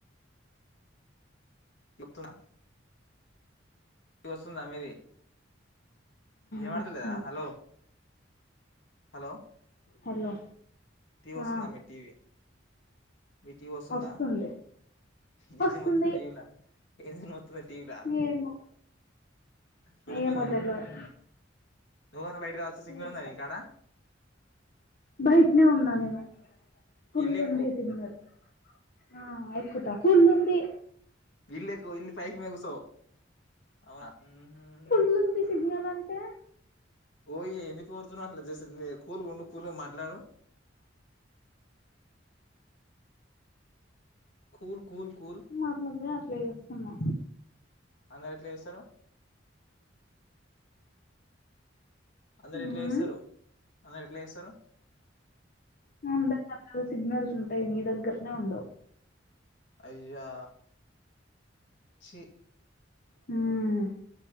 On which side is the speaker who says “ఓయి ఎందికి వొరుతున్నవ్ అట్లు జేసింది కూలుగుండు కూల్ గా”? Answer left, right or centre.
Left